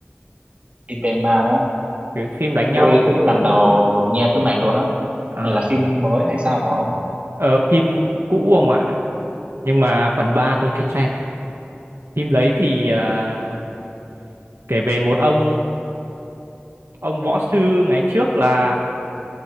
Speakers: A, on the right; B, on the right.
A: Ipema đó
B: cái phim đánh nhau
A: tôi cũng lần đầu nghe phim này luôn á
B: à
A: này là phim mới hay sao hả ông
B: ờ, phim cũ không ạ nhưng mà phần 3 tôi chưa xem phim đấy thì à, kể về một ông ông võ sư ngày trước là